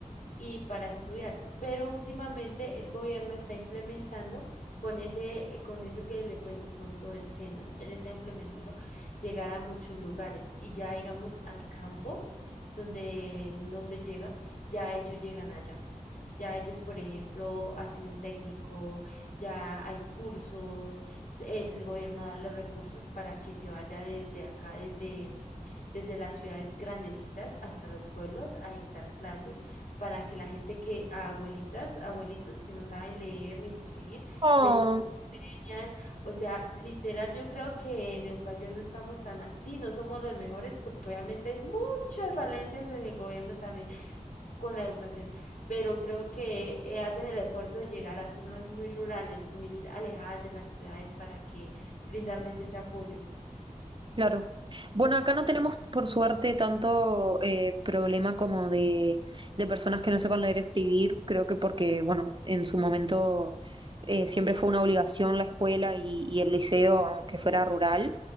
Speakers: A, on the left; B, on the right.
A: y para estudiar. Pero últimamente el gobierno está implementando con ese, eh, con eso que le cuento, con lo del SENA, él está implementando llegar a muchos lugares y ya llegamos al campo donde no se llega, ya ellos llegan allá. Ya ellos, por ejemplo, hacen un técnico, ya hay cursos, el gobierno da los recursos para que se vaya desde acá, desde, desde las ciudades grandecitas hasta los pueblos a dictar clases para que la gente que, a abuelitas, abuelitos que no saben leer ni escribir,
B: Oh.
A: les enseñan. O sea, literal, yo creo que en educación no estamos tan mal. Sí, no somos los mejores porque obviamente hay muchas falencias en el gobierno también, con la educación, pero creo que eh, hacen el esfuerzo de llegar a zonas muy rurales, muy alejadas de las ciudades para que brindarles ese apoyo.
B: Claro. Bueno, acá no tenemos, por suerte, tanto eh, problema como de, de personas que no sepan leer y escribir. Creo que porque, bueno, en su momento eh, siempre fue una obligación la escuela y, y el liceo, aunque fuera rural.